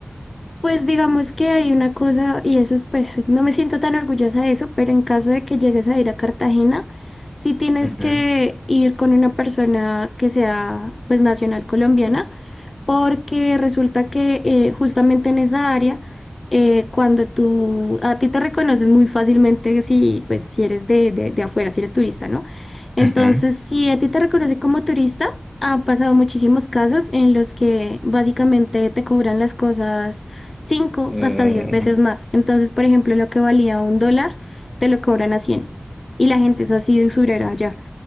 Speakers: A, on the left; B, on the left.
A: Pues digamos que hay una cosa, y eso es, pues, no me siento tan orgullosa de eso, pero en caso de que llegues a ir a Cartagena, sí tienes
B: Ujú,
A: que ir con una persona que sea, pues, nacional colombiana porque resulta que eh, justamente en esa área, eh, cuando tú, a ti te reconocen muy fácilmente si, pues, si eres de, de, de afuera, si eres turista, ¿no? Entonces,
B: ujú.
A: si a ti te reconocen como turista, ha pasado muchísimos casos en los que básicamente te cobran las cosas cinco
B: Mm,
A: hasta diez veces más. Entonces, por ejemplo, lo que valía un dólar, te lo cobran a cien Y la gente es así de usurera allá